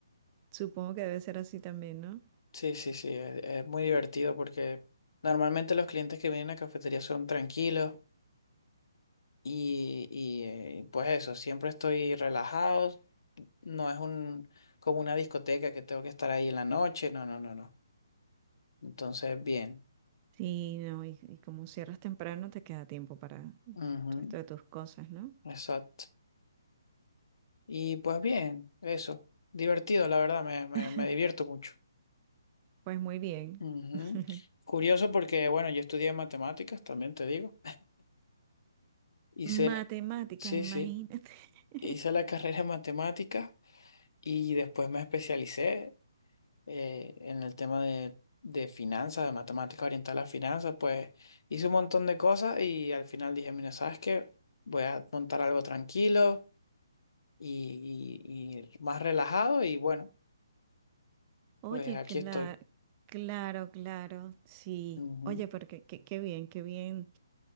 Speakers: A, on the right; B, on the left.
A: supongo que debe ser así también, ¿no?
B: sí, sí, sí. Es, es muy divertido porque normalmente los clientes que vienen a cafetería son tranquilos y, y eh, pues eso, siempre estoy relajado. No es un, como una discoteca que tengo que estar ahí en la noche. No, no, no, no. Entonces, bien.
A: Sí, no, y, y como cierras temprano, te queda tiempo para el
B: Ujú,
A: resto de tus cosas, ¿no?
B: Exacto. Y pues bien, eso. Divertido, la verdad, me, me,
A: <laughs>
B: me divierto mucho.
A: Pues muy bien.
B: Ujú.
A: <laughs>
B: Curioso porque, bueno, yo estudié matemáticas, también te digo. Hice,
A: Matemáticas,
B: sí, sí,
A: imagínate. <laughs>
B: hice la <laughs> carrera en matemáticas y después me especialicé eh, en el tema de, de finanzas, de matemáticas orientadas a las finanzas. Pues hice un montón de cosas y al final dije, mira, ¿sabes qué? Voy a montar algo tranquilo y, y- y más relajado y bueno,
A: Oye,
B: pues aquí
A: claro,
B: estoy.
A: claro, claro, sí.
B: Ujú.
A: Oye, pero qué, qué- qué bien, qué bien